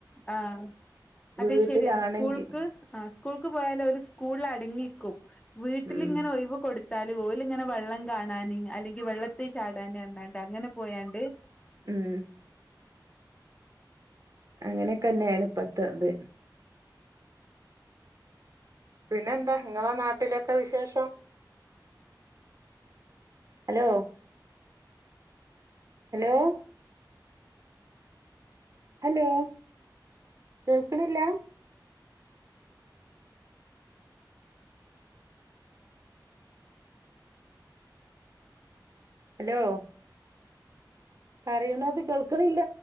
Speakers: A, on the left (about 15°); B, on the right (about 45°).
A: ആഹ്‌ അത്ശരിയാസ്കൂൾക്ക്
B: വീട്ടിലാണെങ്കിൽ
A: ആ സ്കൂൾക്ക്പോയാലഅവര് സ്കൂൾഅടങ്ങിക്കും വീട്ടിലിങ്ങ്നെ
B: ഉം
A: ഒഴിവ്കൊട് ത്താല് ഓല്ങ്ങനെ വള്ളംകാണാന് അല്ലെങ്കിവെള്ളത്തീചാടാന് റ്ഞാണ്ട് അങ്ങനെപോയാണ്ട്
B: ഉം അങ്ങനെക്കെന്നെണ് ഇപ്പത്തെത് പിന്നെന്താങ്ങളെനാട്ടിലൊക്കെവിശേഷം? ഹലോ ഹലോ ഹലോ കേൾക്ക്ണ്ല്ല? ഹലോ പറയ്ണത് കേൾക്ക്ണില്ല?